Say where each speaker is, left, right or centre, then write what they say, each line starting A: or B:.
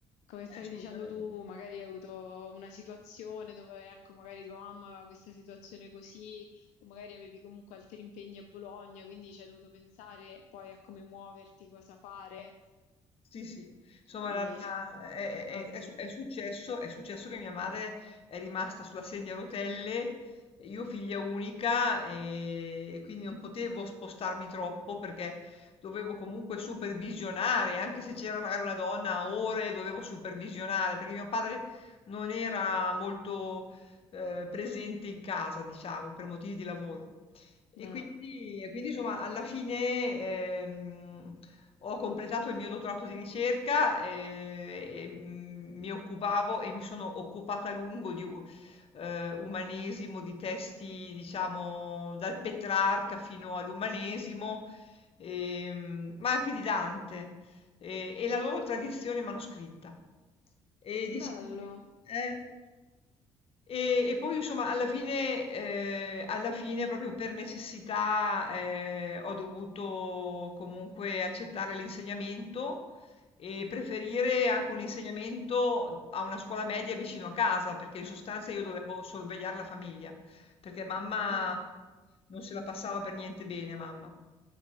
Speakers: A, on the left; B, on the left.
A: Come stavi
B: assolutamente.
A: dicendo tu, magari hai avuto una situazione dove, ecco, magari tua mamma aveva questa situazione così o magari avevi comunque altri impegni a Bologna, quindi ci hai dovuto pensare poi a come muoverti, cosa fare.
B: Sì, sì, insomma
A: Quindi,
B: la- la-
A: eh,
B: è,
A: immagino.
B: è- è su- è successo, è successo che mia madre è rimasta sulla sedia a rotelle, io figlia unica e, e quindi non potevo spostarmi troppo perché dovevo comunque supervisionare, anche se c'era magari una donna a ore, dovevo supervisionare perché mio padre non era molto eh, presente in casa, diciamo, per motivi di lavoro. E
A: Eh,
B: quindi, e quindi, insomma, alla fine ehm, ho completato il mio dottorato di ricerca eh, e, mm, mi occupavo e mi sono occupata a lungo di u- eh, umanesimo, di testi, diciamo, dal Petrarca fino all'umanesimo, ehm, ma anche di Dante eh, e la loro tradizione manoscritta. E diciamo,
A: bello.
B: eh, Ehm, e poi insomma alla fine ehm, alla fine proprio per necessità, ehm, ho dovuto comunque accettare l'insegnamento e preferire anche un insegnamento a una scuola media vicino a casa, perché in sostanza io dovevo sorvegliare la famiglia, perché mamma
A: Eh,
B: non se la passava per niente bene mamma.